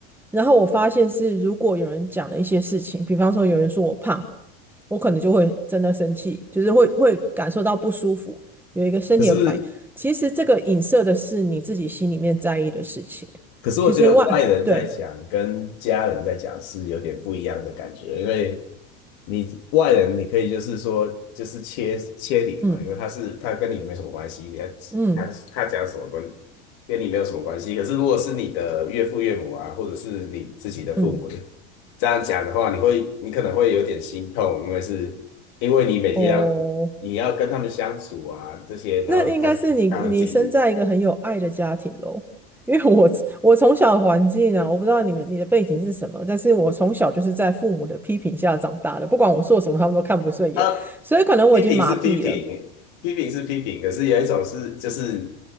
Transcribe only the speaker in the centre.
然后我发现是，如果有人讲了一些事情，比方说有人说我胖，我可能就会真的生气，就是会会感受到不舒服，有一个身体有个反应。
其实这个影射的是你自己心里面在意的事情。
其实外，对，
嗯
嗯。
嗯，
哦，
那应该是你你生在一个很有爱的家庭喽。因为我我从小的环境啊，我不知道你们你的背景是什么，但是我从小就是在父母的批评下长大的，不管我做什么，他们都看不顺眼，
所以可能我已经麻痹了。